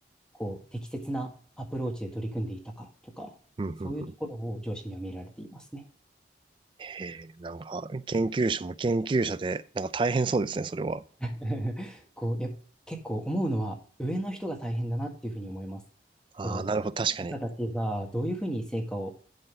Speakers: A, in the centre; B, on the right.
A: こう、適切なアプローチで取り組んでいたかとか、
B: うん、
A: そういうところを上司には見られていますね。
B: うん、うん。へえ、なんか、研究者も研究者で、なんか大変そうですね、それは。
A: <laughs> こう、やっぱ、結構思うのは上の人が大変だなっていうふうに思います。
B: ああ、
A: こう、
B: なるほど、確かに。
A: 部下たちがどういうふうに成果を